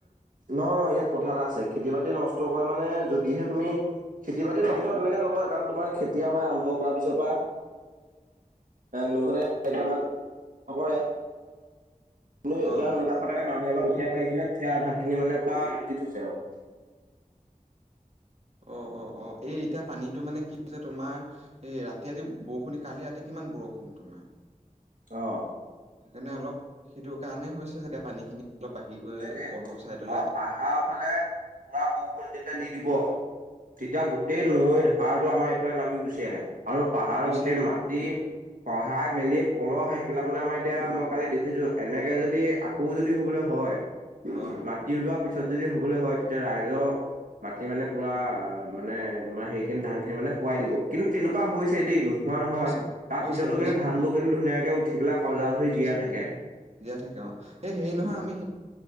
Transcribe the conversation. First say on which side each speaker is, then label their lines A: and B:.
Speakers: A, on the right; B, on the right.
A: নহ নহয় ইয়াত কথা এটা আছে খেতি বাতি নষ্ট কৰে মানে যদিহে তুমি খেতি বাতি নষ্ট তেনেকে নকৰে কাৰণ তোমাৰ খেতি আমাৰ আৰম্ভ কৰাৰ পিছৰ পৰা লৈখনে তেনেকে আমাক নকৰে কোনো এ
B: অ
A: ন মান নব কঠিয়াই পাৰিছিলে কঠিয়া আধা খিনি মানে পুৰা ফুতি থৈছে আৰু
B: অ অ অ এই এতিয়া পানীটো মানে কি যে তোমাৰ এই ৰাতি ৰাতি বৰষুণ কালি ৰাতি কিমান বৰষুণ তোমাৰ
A: অ
B: সেইকাৰণে অলপ সেইটো কাৰণে হৈছে চাগে পানী খিনি অলপ বাঢ়ি গৈ
A: সেইটোৱে
B: কলহ চাই তলে
A: অ পাহাৰৰ ফালে পুৰা বৰষুণ যেতিয়া দি দিব তেতিয়া গোটেই নৈৰ ধাৰটো আমাৰ এইফালে নামি গুচি আহে আৰু পাহাৰৰ
B: গুচি
A: গোটেই
B: আহে
A: মাটি খহাই মেলি পলস আহি পেলাই মানে আমাৰ এতিয়া মই কালি দেখিছো এনেকে যদি আকৌ যদি হবলৈ হয়
B: অ
A: মাটি ৰোৱা পিছত যদি হবলৈ হয় তেতিয়া ৰাইজৰ বাকি মানে পুৰা অ মানে তোমাৰ সেই খিনি ধান খিন মানে শোৱাই
B: অ',
A: দিব কিন্তু তেনেকুৱা
B: পোৱাই দিব
A: হৈছে দেই নোহোৱা নহয়
B: হৈছে
A: তাৰ
B: হৈছে
A: পিছতো
B: হৈছে
A: কিন্তু ধান
B: অ'
A: বোৰ কিন্তু ধুনীয়াকে উঠি পেলাই সজাল হৈ
B: উঠিছে
A: জীয়াই থাকে
B: অ জীয়াই থাকে অ এই হেৰি নহয়
A: উম
B: আমি